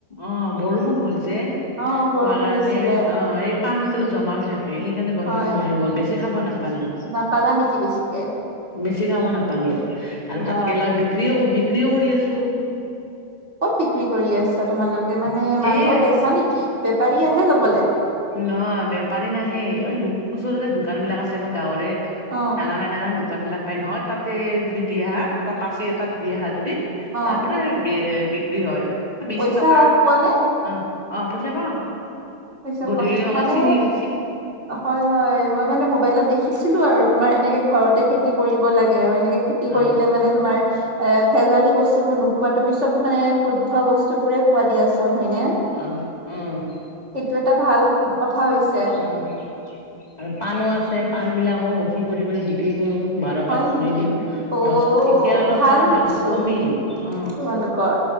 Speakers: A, on the left; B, on the right.
A: অঁ বৰষুণ হ'ল যে
B: অ বৰষুণ
A: খোৱা কাৰণে
B: হৈছিলে
A: অ এই পানীতলত জমা হৈ থাকে সেইকাৰণে গছবিলাক
B: হয়
A: মৰি গল বেছি খাব নাপালো,
B: নাপালা নেকি বেছিকে
A: বেছি খাব নাপ পালো আৰু
B: বা
A: ভাতকেৰেলা বিক্ৰীও-বিক্ৰীও কৰি আছো
B: ক'ত বিক্ৰী কৰি আছা তোমালোকে মানে মানুহক
A: এই
B: বেছা নেকি, বেপাৰী আহে লবলে
A: ন বেপাৰী নাহে এই ওচৰতে দোকান বিলাক আছে আমাৰ গাঁৱৰে
B: অ
A: নাঙলা, নাঙলা দোকান বিলাক পাই নহয় তাতে যদি দি আহা পাচি তাত দি অহা যদি
B: অ
A: তাৰ পৰাই বি-বিক্ৰী হয়। বিশ
B: পইচা
A: টকা
B: পোৱা নে
A: অ', অ', পইচা পাওঁ
B: পইচা
A: গধূলি
B: পোৱা
A: সময়ত
B: মানে
A: চিঙি <inaudible>
B: হয়, হয়, মই মানে মোবাইলত দেখিছিলো আৰু তোমাৰ এনেকে ঘৰতে খেতি কৰিব লাগে আৰু এনেকে খে তি
A: অ
B: কৰিলে মানে তোমাৰ এ, ভেজালি বস্তুবোৰ নোপোৱা তুমি চব মানে শুদ্ধ বস্তুবোৰে পোৱা দিয়াচোন হয়নে।
A: উম-উম
B: এইটো এটা ভাল কথা হৈছে।
A: উম আৰু পানো আছে পান বিলাকো মুঠি কৰি-কৰি দি কি কৰোঁ বাৰ
B: হয়
A: পাত
B: নেকি?
A: কৰি দিওঁ
B: অ
A: দহ, এতিয়া অলপ
B: ভাল
A: পানৰ দামটো
B: চোন
A: কমিল। অ
B: তোমালোকৰ।